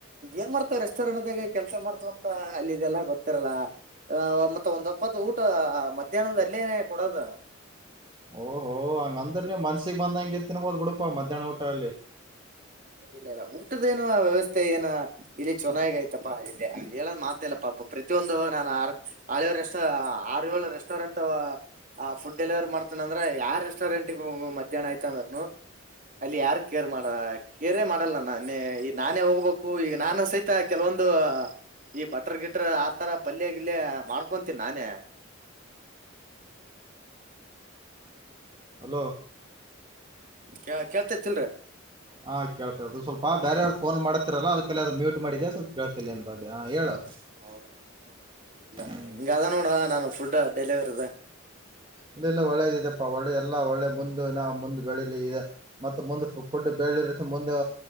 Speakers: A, on the right (about 40°); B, on the right (about 25°).
A: ಏನ್ಮಾಡ್ತಾರ್ ರೆಸ್ಟೋರೆಂಟ್ದಾಗೆ ಕೆಲ್ಸ ಮಾಡ್ತವಂತ ಅಲ್ಲಿದೆಲ್ಲ ಗೊತ್ತಿರಲ್ಲ ಅ ಮತ್ತ ಒಂದ್ ಒಪತ್ ಊಟ ಮಧ್ಯಾಹ್ನದ ಅಲ್ಲೇ ನೇ ಕೊಡದ.
B: ಓಹೋ ಹಂಗದ್ರ್ ನಿವ್ ಮನ್ಸಿಗ್ ಬಂದಂಗೆ ತಿನ್ಬೋದು ಬಿುಡಪಾ ಮಧ್ಯಾನ ಊಟ ಅಲ್ಲಿ.
A: ಇಲ್ಲ ಇಲ್ಲ ಊಟದೇನೋ ವ್ಯವಸ್ಥೆ ಏನ ಇಲ್ಲಿ ಚೋನಾಗ್ ಆಯ್ತಪ್ಪಾ ಇಲ್ಲಿ ಅ ಹೇಳದ್ ಮಾತೆ ಇಲ್ಲಪಾ. ಪ್ರತಿಯೊಂದು ನಾನು ಆರ್ ಅಳೋರ್ ರೆಸ್ಟೋ ಆರ್ ಯೋಳು ರೆಸ್ಟೋರೆಂಟು ಆ ಫುಡ್ ಡೆಲಿವರಿ ಮಾಡ್ತನಂದ್ರೆ ಯಾರ್ ರೆಸ್ಟೋರೆಂಟಿಗೊಗು ಮದ್ಯಾಹ್ನಯ್ತ್ ಅಂದ್ರ್ನು ಅಲ್ಲಿ ಯಾರು ಕೇರ್ ಮಾಡಾ ಕೇರೆ ಮಾಡಲ್ನನ್ ನೆ ಈ ನಾನೇ ಹೋಗ್ಬಕು ಈಗ್ ನಾನು ಸಹಿತ ಕೆಲವೊಂದು ಈ ಬಟ್ರ ಗಿಟ್ರ ಆತರ ಪಲ್ಯೆ ಗಿಲ್ಯೆ ಮಾಡ್ಕೊಂತಿನ್ ನಾನೇ. ಹ್ಮ್.
B: ಹಲೋ.
A: ಹ್ಮ್ ಕೇಳ್ತೇತಿಳ್ರಿ.
B: ಹಾ ಕೇಳ್ತದು ಸ್ವಲ್ಪ ಬೆರರ್ ಪೋನ್ ಮಾಡಿತ್ರಾಲ ಅದುಕಲೇ ಅದ್ ಮ್ಯೂಟ್ ಮಾಡಿದೆ ಸ್ವಲ್ಪ ಕೇಳ್ತಿನಿರು ಹ ಹೇಳು.
A: ಹಾವ್ದ ಹವ್ದ ಇಲ್ ಇಲ್ಲ
B: ಹ್ಮ್
A: ಹಿಂಗ್ ಅದ ನೋಡ ನಾನು ಫುಡ್ ಡೆಲಿವರ್ದ.
B: ಇಲ್ಲ ಇಲ್ಲ ಒಳ್ಳೆದಿದೆ ಪಾ ಒಳ್ಳೆ ಎಲ್ಲಾ ಒಳ್ಳೆ ಮುಂದ್ ಇನ ಮುಂದ್ ಬೆಳಿಲಿ ಇದೆ ಮತ್ ಮುಂದ್ ಫುಡ್ ಬೆ ಿ ಮುಂದಾ